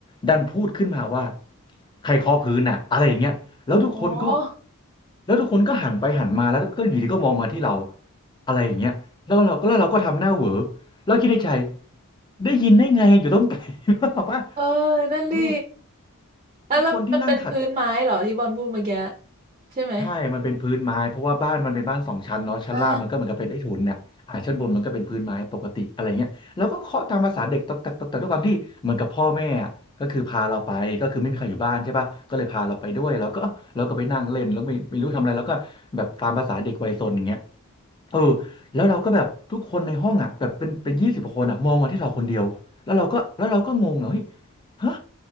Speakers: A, on the left; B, on the right.
A: ดันพูดขึ้นมาว่าใครเคาะพื้นอ่ะอะไรอย่างเงี้ยแล้วทุกคนก็
B: โห
A: แล้วทุกคนก็หันไปหันมาแล้วก็อยู่ดีก็มองมาที่เราอะไรอย่างเงี้ยแล้วเราก็แล้วเราก็ทำหน้าเหวอแล้วคิดในใจได้ยินได้ไงอยู่ต้นไก <laughs> ลหรือเปล่าว่า
B: เออนั่นดิ
A: เออ
B: อ่ะแล้วมันเป็นพื้นไม้เหรอที่บอลพูดเมื่อกี้
A: คือคนที่นั่งถัด
B: ใช่ไหม
A: ใช่มันเป็นพื้นไม้เพราะว่าบ้านมันเป็นบ้านสองชั้นเนาะชั้นล่างมันก็เหมือนกับเป็นใต้ถุนเนี่ยอ่าชั้นบนมันก็เป็นพื้นไม้ปกติอะไรเงี้ยแล้วก็เคาะตามภาษาเด็กตอกตักตอกตักด้วยความที่เหมือนกับพ่อแม่อะก็คือพาเราไปก็คือไม่มีใครอยู่บ้านใช่ปะก็เลยพาเราไปด้วยแล้วก็เราก็ไปนั่งเล่นแล้วไม่ไม่รู้ทำอะไรแล้วก็แบบตามภาษาเด็กวัยซนอย่างเงี้ย
B: อ่า
A: เออแล้วเราก็แบบทุกคนในห้องอ่ะแบบเป็นเป็นยี่สิบคนอ่ะมองมาที่เราคนเดียวแล้วเราก็แล้วเราก็งงอ่ะเฮ้ยฮะ